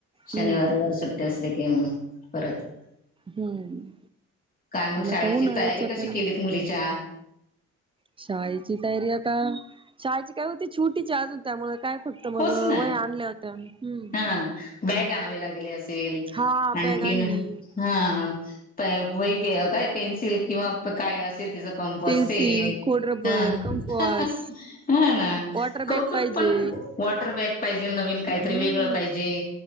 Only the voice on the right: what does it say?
हम्म
हम्म
आणि
आता उन्हाळ्याच्या
पण
शाळेची तयारी आता शाळेची काय होती छुटीची अजून त्यामुळे काय. फक्त मग
वह्या आणल्या होत्या हम्म.
हा
बॅग आणली
पेन्सिल,
खोड रबर,
कंपवास
वॉटर
बॅग पाहिजे
हम्म